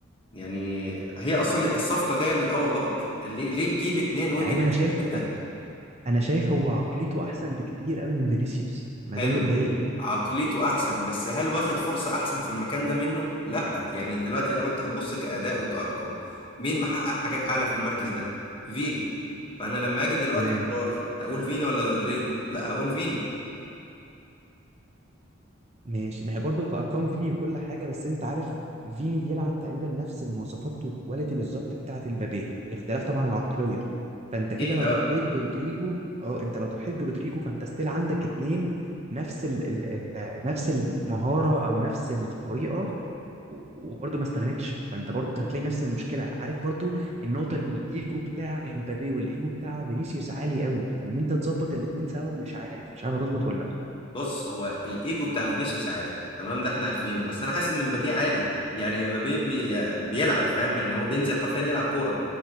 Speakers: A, on the left; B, on the right.
A: يعني هي اصلا الصفقة جاية من الاول غلط ليه ليه تجيب اتنين وينج
B: مع ان
A: نفس
B: انا شايف
A: الحتة
B: انا شايف هو عقليته احسن بكتير قوي من فينيسيوس ما
A: حلوة
B: ده اللي مضايقني
A: عقليته احسن بس هل واخد فرصة احسن في المكان ده منه لا يعني دلوقتي لو انت هتبص كأداء وكأرقام مين محقق حاجات اعلى في المركز ده فيني فانا لما اجي دلوقتي
B: تمام
A: اختار هقول فيني ولا رودريجو لا هقول فيني
B: ماشي ما هي برضه كأرقام فيني وكل حاجة بس أنت عارف فيني بيلعب تقريبا نفس المواصفات والكواليتي بالظبط بتاعة امبابي اختلاف طبعا العقلية فأنت
A: اكيد
B: كده لو
A: آه.
B: ضحيت برودريجو أه أنت لو ضحيت برودريجو فأنت ستيل عندك اتنين نفس ال ال ال نفس المهارة أو نفس الطريقة و- وبرضه ما استغنتش فأنت برضه هتلاقي نفس المشكلة عارف برضه النقطة إن الإيجو بتاع امبابي والإيجو بتاع فينيسيوس عالي قوي فإن أنت تظبط الاتنين سوا مش عارف مش عارف هتظبط ولا لأ
A: بص هو الايجو بتاع فينيسيوس عالي تمام ده احنا عارفينه بس انا حاسس ان مبابي عادي يعني مبابي بي... بيلعب فاهم يعني هو بينزل حرفيا يلعب كوره